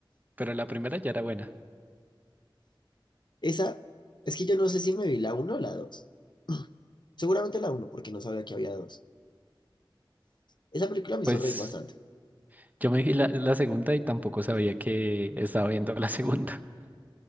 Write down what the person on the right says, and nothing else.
pero la primera ya era buena.
Pues
yo me vi la, la segunda y tampoco sabía que estaba viendo la segunda. <laughs>